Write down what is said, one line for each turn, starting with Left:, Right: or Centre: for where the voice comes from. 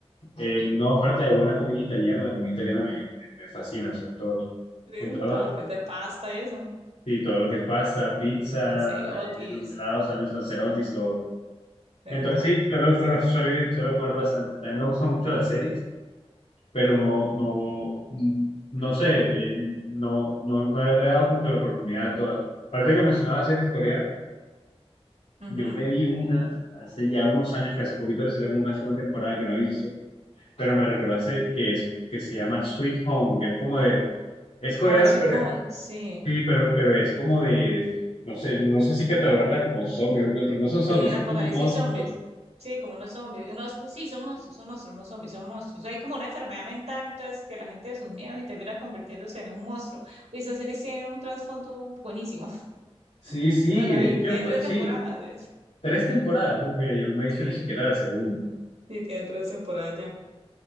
Left: eh, una oferta de buena comida italiana. La comida italiana me, me, me fascina, o sea, en todos,
Right: Sí,
Left: en todos
Right: todo
Left: los aspectos.
Right: lo que es de pasta y eso.
Left: Sí, todo lo que es pasta, pizza,
Right: Cancerotis,
Left: eh, los helados también, panzerotti, todo.
Right: te
Left: Entonces
Right: encanta.
Left: sí, suelo, suelo, suelo, suelo comer bastante. También me gustan mucho las series. pero no, no, no sé, eh, no, no, no le he dado como que la oportunidad a todas. Aparte que mencionaba series coreanas,
Right: Ujú.
Left: yo me vi una hace ya unos años, que hace poquito le salió como una segunda temporada que no he visto, pero me recordaste que es, que se llama Sweet Home, que es como de, es coreana,
Right: Ah, sweet
Left: pero
Right: home,
Left: es-
Right: sí.
Left: sí, pero, pero es como de, no sé, no sé si catalogarla como zombies, pero no son zombies,
Right: Sí, el
Left: son
Right: apocalipsis
Left: como monstruos.
Right: zombies. Sí, como no zombies. Unos, sí, son monstruos, son monstruos, no zombies, son monstruos. Hay como una enfermedad mental, entonces que la gente de sus miedos y termina convirtiéndose en un monstruo. Y esa serie tiene un trasfondo buenísimo. <laughs>
Left: Sí, sí,
Right: Yo me la
Left: de
Right: vi.
Left: hecho
Right: Tiene
Left: fue,
Right: tres
Left: sí,
Right: temporadas, de hecho.
Left: tres temporadas. Uh, mira, yo no me
Right: Sí,
Left: hizo ni siquiera la segunda.
Right: sí, tiene tres temporadas ya.